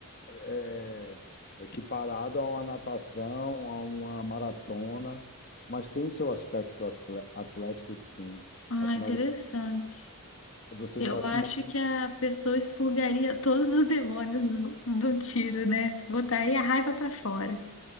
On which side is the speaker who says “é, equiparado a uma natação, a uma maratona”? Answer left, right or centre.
Left